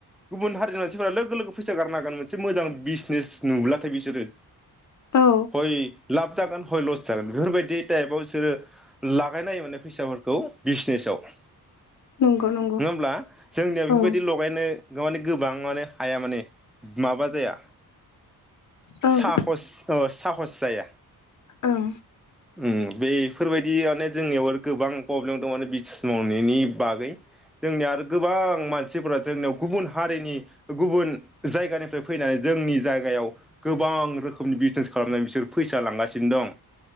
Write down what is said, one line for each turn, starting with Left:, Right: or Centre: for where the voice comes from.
Centre: गुबुन हारिनि मानसिफोरा लोगो लोगो फैसा गारनो हागोन मोनसे मोजां बिजनेस नुब्लाथाय बिसोरो।
Left: औ
Centre: बै लाब जागोन हय लस जागोन बेफोरबायदि टाइपाव बिसोरो लागायनायो फैसाफोरखौ बिसनेसाव नङा
Left: नंगौ नंगौ
Centre: होमब्ला जोंनिया बेफोरबायदि
Left: औ
Centre: लगायनो माने गोबां माने हाया माने माबा जाया
Left: ओं
Centre: साहस ओ साहस जाया।
Left: ओं
Centre: ओम बेफोरबायदियानो जोंनियाव आरो गोबां प्रब्लेम दं माने बिसनेस मावनायनि बागै जोंनिया आरो गोबां मानसिफोरा जोंनियाव गुबुन हारिनि गुबुन जायगानिफ्राय फैनानै जोंनि जायगायाव गोबां रोखोमनि बिजनेस खालामनानै बिसोर फैसा लांगासिनो दं।